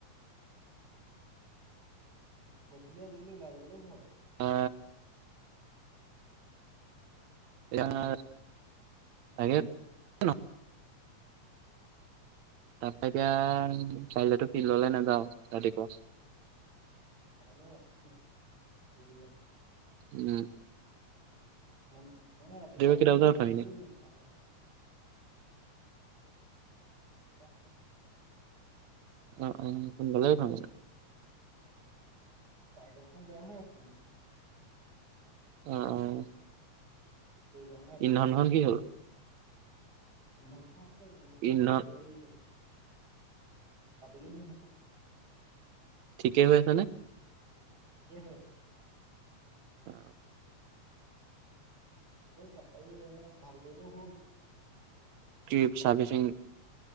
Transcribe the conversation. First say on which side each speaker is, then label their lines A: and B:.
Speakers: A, on the right (about 30°); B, on the right (about 70°).
A: গধূলি আজিকালি ওলাই যাবলৈ ভয়।
B: অ <unintelligible> তাকে ন এতিয়া কাইলেতো ফিল্ডলৈ নাযাওঁ ৰাতিপুৱা।
A: <unintelligible>
B: উম।
A: মান মানে ৰাতিপুৱা
B: কেইটা
A: গ'লোহেতেন
B: বজাত উঠ এনে
A: চাই <unintelligible>
B: অ -অ ভালে ভাল
A: চাইকেলখন বেয়া হৈ আছে ম
B: অ'
A: <unintelligible>
B: ইন্ধনখন কি হ'ল
A: ইমধান খ আছে ইমধান খন
B: ইন্ধন
A: আছেই আবেলি নে হাসন‌
B: কে হৈ আছেনে?
A: ঠিকে হৈ আছে।
B: অ।
A: হল চাবা ই অলপ ভাল দিব হল।
B: <unintelligible> চাৰ্ভিচিং